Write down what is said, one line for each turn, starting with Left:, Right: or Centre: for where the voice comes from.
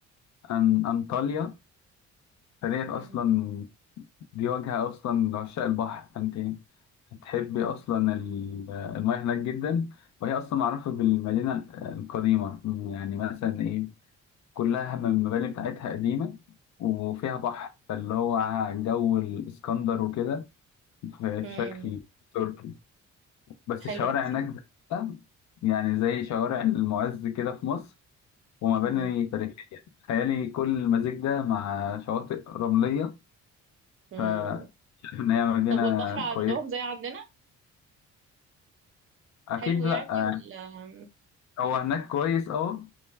Left: أن... انطاليا فديت
Right: مم.
Left: اصلا دي واجهه اصلا لعشاق البحر فانت هتحبي اصلا ال- المياه هناك جدا وهي اصلا معروفه بالمدينه القديمه يعني مثلا ايه كلها من المباني بتاعتها قديمة وفيها بحر فاللي هو جو الإسكندر وكده في
Right: مم.
Left: في شكل تركي بس
Right: حلوة
Left: الشوارع
Right: دي.
Left: هناك بقى يعني زي شوارع المعز كده في مصر ومباني
Right: مم.
Left: تاريخية تخيلي كل المزيج ده مع شواطئ رملية
Right: مم.
Left: فشايف إن هي مدينة
Right: طب والبحر عندهم
Left: كويسة
Right: زي عندنا
Left: أكيد
Right: حلو يعني
Left: لأ يعني
Right: ولا
Left: هو هناك كويس أه